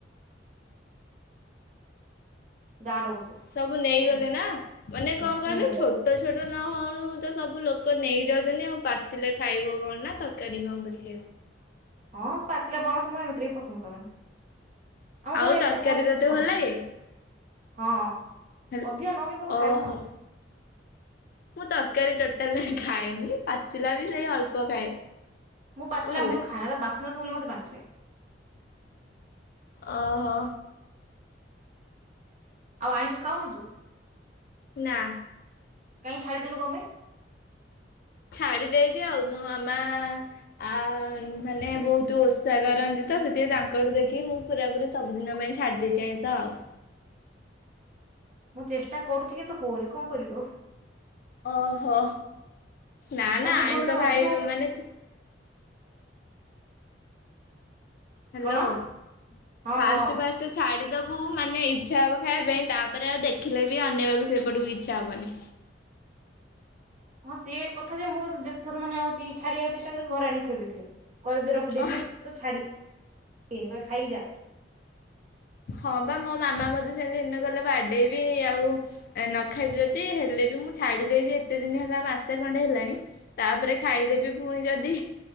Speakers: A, on the left; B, on the right.
A: <inaudible>
B: ଗାଁ ଲୋକ
A: ସବୁ ନେଇଗଲେ ନା ମାନେ କଣ କହିଲୁ
B: ହୁଁ
A: ଛୋ ଛୋଟ ଛୋଟ ନ ହଉଣୁ ତ ସବୁ ଲୋକ ନେଇଯାଉଛନ୍ତି ଆଉ ପାଚିଲେ ଖାଇବ କଣ ନା ତରକାରୀ କଣ କରି ଖାଇବ।
B: ହଁ ପାଚିଲା ପଣସ ମୁଁ ଏମିତିରେ ବି ପସନ୍ଦ କରେ ନା। ଆମ
A: ଆଉ
B: ଘରେ ଏତେ
A: ତରକାରୀ
B: ପଣସ
A: ତତେ
B: କେହି ଖାଆନ୍ତିନି।
A: ଭଲ ଲାଗେ?
B: ହଁ
A: ହେଲ୍
B: ଅଧିକ ନୁହେଁ କିନ୍ତୁ ଖାଇବୁ
A: ଓହୋ
B: ଆଉ।
A: ମୁଁ ତରକାରୀ ଟୋଟାଲ ଖାଏନି। ପାଚିଲା ବି ସେଇ ଅଳ୍ପ ଖାଏ।
B: ମୁଁ ପାଚିଲା
A: ଭଲ
B: ମୂଳୁରୁ ଖାଏନା। ବାସ୍ନା ଶୁଙ୍ଘିଲେ ମତେ ବାନ୍ତି ଲାଗେ।
A: ଓ ହୋ।
B: ଆଉ ଆଇଁଷ ଖାଉନୁ ତୁ।
A: ନା।
B: କାଁ ଛାଡି ଦେଲୁ। କଣ ପାଇଁ?
A: ଛାଡି ଦେଇଚି ଆଉ। ମୋ ମାମା ଆ ମାନେ ବହୁତ ଓଷା କରନ୍ତି ତ ସେଥିପାଇ ତାଙ୍କଠୁ ଦେଖି ମୁଁ ପୁରା ପୁରୀ ସବୁଦିନ ପାଇଁ ଛାଡ଼ି ଦେଇଛି ଆଇଁଷ ଆଉ।
B: ମୁଁ ଚେଷ୍ଟା କରୁଛି କିନ୍ତୁ ହଉନି। କଣ କରିବି ଆଉ?
A: ଓହୋ। ନା
B: ମାନେ
A: ନା
B: ତୁ
A: ଆଇଁଷ
B: ଯୋଉ ଦିନ ଭାବିଥିବୁ
A: ଖାଇବ ମାନେ ହ୍ୟାଲୋ।
B: କଣ ହଁ
A: ଫାଷ୍ଟ୍
B: କହ
A: ଫାଷ୍ଟ ତ ଛାଡ଼ିଦବୁ ମାନେ ଇଚ୍ଛା ହେବ ଖାଇବା ପାଇଁ। ତାପରେ ଆଉ ଦେଖିଲେ ବି ଅନେଇବାକୁ ସେପଟକୁ ଇଚ୍ଛା ହେବନି।
B: ହଁ ସେଏ କଥା ଯେ ମୁଁ ଯେତେ ଥର ମାନେ ଆଉଛି ଛାଡିବାକୁ ଚେଷ୍ଟା କରିକି ଘରେ ଆଣିଥୋଇ ଦେଇଥିଲେ। କହିକି ରଖିଦେଇଥିବେ
A: ଓ
B: ତ ଛାଡିନି। ଖାଇକି ଯା।
A: ହଁ ବା ମୋ ମାମା ମତେ ସେମିତି ଦିନେ କଇଲେ ବାଡେଇବି ଆଉ। ନ ଖାଇବି ଯଦି ହେଲେ ବି ମୁଁ ଛାଡିଦଇଚି, ଏତେ ଦିନ ହେଲା ମାସେ ଖଣ୍ଡେ ହେଲାଣି। ତାପରେ ଖାଇଦେବି ପୁଣି ଯଦି